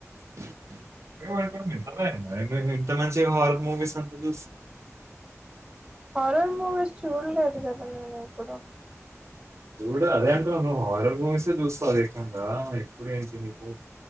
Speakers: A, on the right; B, on the right.
A: <unintelligible> ఇంత మంచిగా వారక్ మూవీస్ అంత చూస్
B: హారర్ మూవీస్ చూడలేదు కదా నేను ఇప్పుడు
A: చూడు అదే అంటున్న నువ్ హారర్ చూస్తా అదేకంగా ఇప్పుడేంటి నీకు